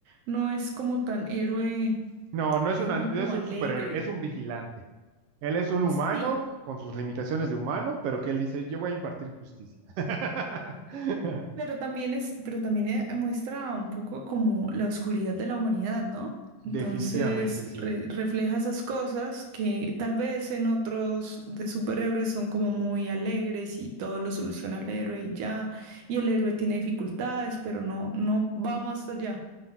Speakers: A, on the right; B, on the right.
A: no es como tan héroe
B: No, no es una,
A: así
B: no
A: como
B: es un
A: alegre.
B: superhéroe, es un vigilante. Él es un humano
A: Sí,
B: con sus limitaciones de humano, pero que él dice, yo voy a impartir justicia. <laughs>
A: pero también es, pero también eh, muestra un poco como la oscuridad de la humanidad, ¿no?
B: Definitivamente,
A: Entonces
B: sí.
A: re- refleja esas cosas que tal vez en otros de superhéroes son como muy alegres y todo lo soluciona el héroe y ya, y el héroe tiene dificultades, pero no, no va más allá.